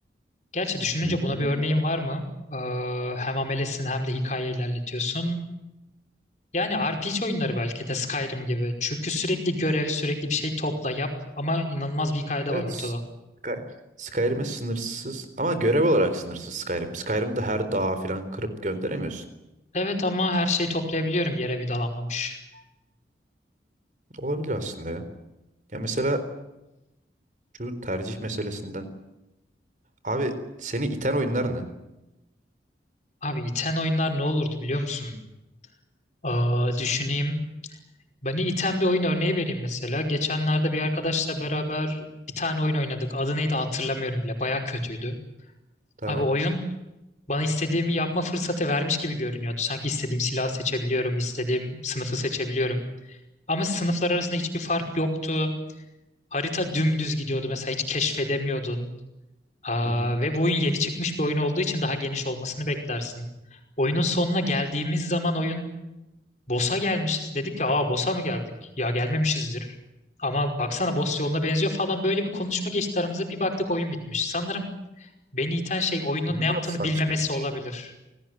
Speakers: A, on the left (about 40°); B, on the right (about 45°).
A: Gerçi düşününce
B: Hmm.
A: buna
B: Demek
A: bir örneğin
B: ki-
A: var mı? Eee, hem amelesin hem de hikaye ilerletiyorsun. Yani RPG oyunları belki de Skyrim gibi. Çünkü sürekli görev, sürekli bir şey topla yap ama inanılmaz bir hikaye var
B: Evet.
A: ortada.
B: Sky- Skyrim'e sınırsız ama görev olarak sınırsız Skyrim. Skyrim'de her dağı falan kırıp gönderemiyorsun.
A: Evet ama her şeyi toplayabiliyorum yere vidalanmamış.
B: Olabilir aslında ya. Ya mesela şu tercih meselesinden. Abi seni iten oyunlar ne?
A: Abi iten oyunlar ne olurdu biliyor musun? Aa, düşüneyim. Beni iten bir oyun örneği vereyim mesela. Geçenlerde bir arkadaşla beraber bir tane oyun oynadık. Adı neydi hatırlamıyorum bile. Baya kötüydü.
B: Tamam.
A: Abi oyun bana istediğimi yapma fırsatı vermiş gibi görünüyordu. Sanki istediğim silahı seçebiliyorum, istediğim sınıfı seçebiliyorum. Ama sınıflar arasında hiçbir fark yoktu. Harita dümdüz gidiyordu mesela hiç keşfedemiyordun. Aa,
B: Hı hı.
A: ve bu oyun yeni çıkmış bir oyun olduğu için daha geniş olmasını beklersin. Oyunun sonuna geldiğimiz zaman oyun boss'a gelmişiz. Dedik ki aa boss'a mı geldik? Ya gelmemişizdir. Ama baksana boss yoluna benziyor falan böyle bir konuşma geçti aramıza. Bir baktık oyun bitmiş. Sanırım beni iten şey oyunun
B: O ne
A: ne
B: kadar
A: yaptığını
B: saçmaymış.
A: bilmemesi olabilir.